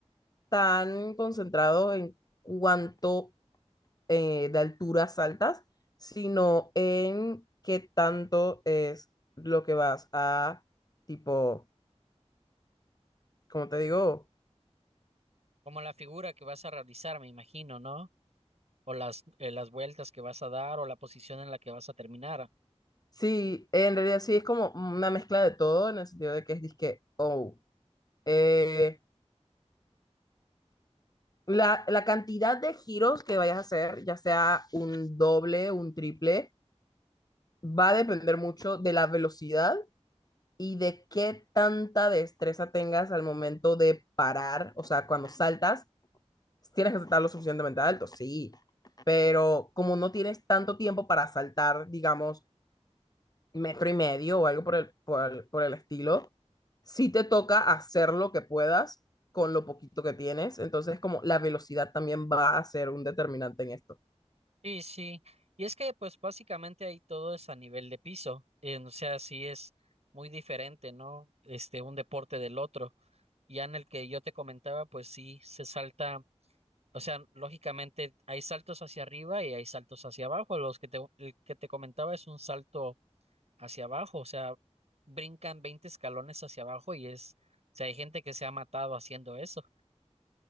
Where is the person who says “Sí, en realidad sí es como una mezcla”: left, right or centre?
Left